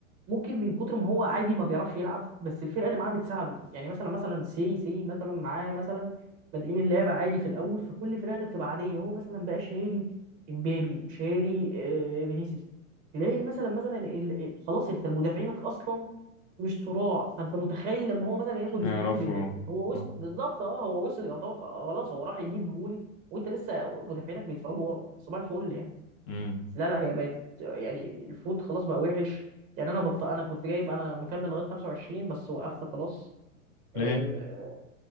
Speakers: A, on the right; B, on the left.
A: ممكن من كتر ما هو عادي ما بيعرفش يلعب بس الفرقه اللي معاه بتساعده يعني مثلا مثلا سي سي مثلا معاه مثلا بادئين اللعبه عادي في الاول فكل الفرقه ده بتبقى عاديه هو مثلا بقى شاري امبابي شاري آه، فينيسيوس تلاقي مثلا مثلا ال- ال- خلاص انت مدافعينك اصلا مش صراع فانت متخيل لما هو مثلا ياخد
B: يعرفوا
A: سبرنت بامبابي هو وصل
B: اه
A: بالظبط اه هو وصل يعتبر خلاص هو راح يجيب جون وانت لسه مدافعينك بيتفرجوا ورا صباح الفل يعني
B: امم
A: لا لا هي بقت يعني الفود خلاص بقى وحش يعني انا بط... انا كنت جايب انا مكمل لغايه 25 بس وقفت خلاص
B: ليه
A: آه...